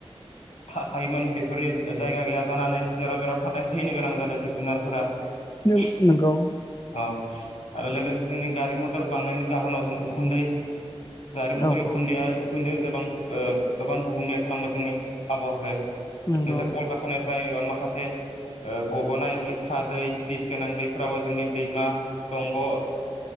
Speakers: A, on the left; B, on the left.
A: थायोमोन बेफोरनि जायगा गैया जानानै जेराव मेराव थ थैनो गोनां जादों जिब जुनारफोरा।
B: नों
A: औ
B: नंगौ
A: आरो लोगोसे जोंनि गारि मथर बांनायनि जाहोनाव जों उखुन्दै गारि मटर
B: औ
A: उखुन्दैया
B: औ
A: खुनु गोबां गोबां गुबुंले खालामो जोंनि आबहावाखो
B: नंगौ
A: जसे
B: नंगौ
A: कलकातानिफ्राय माखासे गबनाय लेथ्रा दै बिस गोनां दैफोराबो जोंनि दैमा दंग